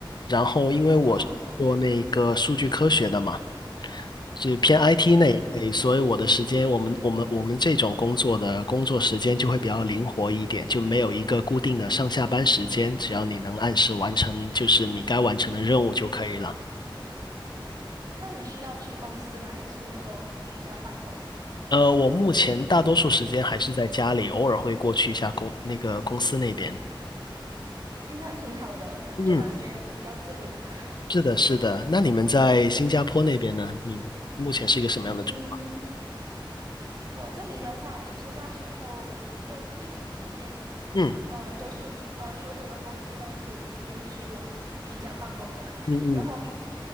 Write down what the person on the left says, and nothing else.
然后因为我是做那个数据科学的嘛。
就偏 IT 那一类，
所以我的时间，我们我们我们这种工作的工作时间就会比较灵活一点，就没有一个固定的上下班时间，只要你能按时完成，就是你该完成的任务就可以了。
呃，我目前大多数时间还是在家里，偶尔会过去一下公那个公司那边。
嗯，
是的，是的。那你们在新加坡那边呢？你目前是一个什么样的状？
嗯
嗯嗯